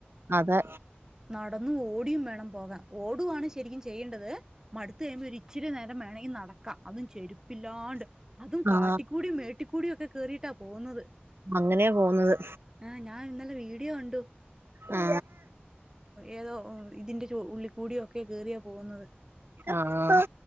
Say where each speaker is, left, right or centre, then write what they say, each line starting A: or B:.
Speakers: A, on the right; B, on the right.
A: അതെ
B: നടന്നു ഓടിയും വേണം പോകാ ഓടുവാണ് ശരിക്കും ചെയ്യേണ്ടത്. മടുത്ത് കഴിയുമ്പോൾ ഒരു ഇച്ചിരി നേരം വേണമെങ്കിൽ നടക്കാം അതും ചെരുപ്പില്ലാണ്ട് അതും കാട്ടിക്കൂടി
A: ആഹ്
B: മേട്ടി കൂടിയൊക്കെ കേയറിയിട്ടാ പോകുന്നത്.
A: അങ്ങനെയാ പോകുന്നത്.
B: ആഹ ഞാൻ ഇന്നല വീഡിയോ കണ്ടു.
A: ആ
B: ഏതോ ഇതിന്റെ ഉള്ളി കൂടിയൊക്കെ കേറിയാ പോകുന്നത്.
A: ആഹ്